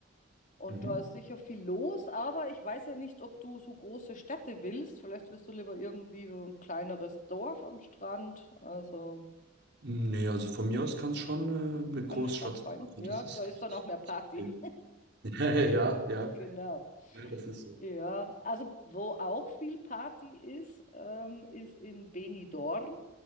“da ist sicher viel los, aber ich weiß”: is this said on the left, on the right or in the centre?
Left